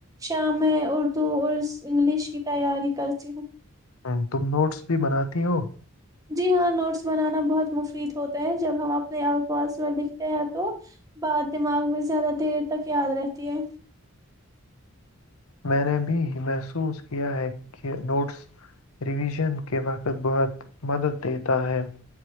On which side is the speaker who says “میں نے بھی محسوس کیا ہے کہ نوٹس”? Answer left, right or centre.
Left